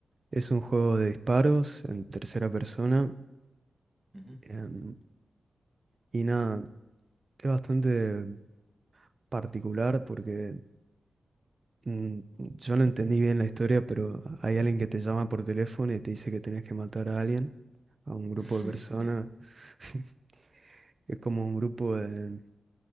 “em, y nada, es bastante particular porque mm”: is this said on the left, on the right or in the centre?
Right